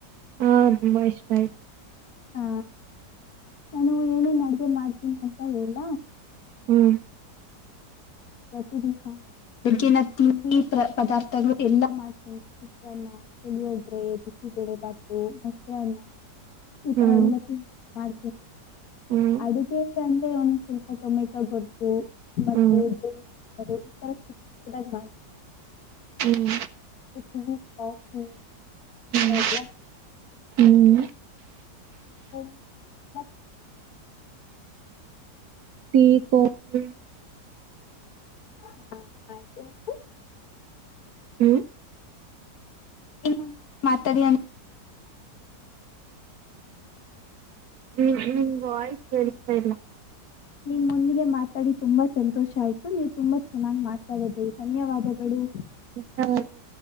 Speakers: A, on the right (about 70°); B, on the left (about 60°).
A: ಹಾ ತುಂಬಾ ಇಷ್ಟ ಆಯ್ತು.
B: ಆ ನಾನು ಏನೇನ್ ಅಡಗೆ ಮಾಡ್ತೀನಿ ಅಂತ ಹೇಳ.
A: ಹ್ಮ್-
B: ಪ್ರತಿ ದಿಸಾ. ಬೆಗ್ಗಿನ ತಿಂಡಿ ಪದಾರ್ಥಗಳು ಎಲ್ಲಾ ಮಾಡ್ತೀನಿ. ಚಿತ್ರಾನ್ನ ಪೀಳಿವಿಗ್ರಿ ಬಿಸಿ ಬೆಳೆ ಬಾತು ಮೊಸರನ್ನ. ಈ
A: ಹ್ಮ್
B: ತರ ಎಲ್ಲಕ್ಕ ಮಾಡ.
A: ಹ್ಮ್
B: ಅಡುಗೆ ಅಂದ್ರೆ ಒಂದ್ ಸ್ವಲ್ಪ ಟೊಮೆಟೊ ಗೊಜ್ಜು. ಮತ್ತೆ
A: ಹ್ಮ್
B: <inaudible> ಮಾಡ್ತಾರೆ.
A: ಹ್ಮ್-
B: ಿ ಕಾಫಿರ
A: ಹ್ಮ್
B: ಎಲ್ಲ
A: ಹ್ಮ್
B: ಹ ಮತ್ತ.
A: Tea coffee.
B: ಹಾ ಆಯ್ತು ನಿಮ್ದು.
A: ಹ್ಮ್-
B: <unintelligible> ಮಾತಾಡ್ಯನ.
A: ಹ್ಮ್ ನಿಮ್ ವಾಯ್ಸ್ ಕೇಳ್ತಾ ಇಲ್ಲ.
B: ನಿಮ್ಮೊಂದಿಗೆ ಮಾತಾಡಿ ತುಂಬಾ ಸಂತೋಷ ಆಯ್ತು ನೀವು ತುಂಬಾ ಚೆನ್ನಾಗಿ ಮಾತಾಡ್ರಿ ಧನ್ಯವಾದಗಳು.
A: <unintelligible>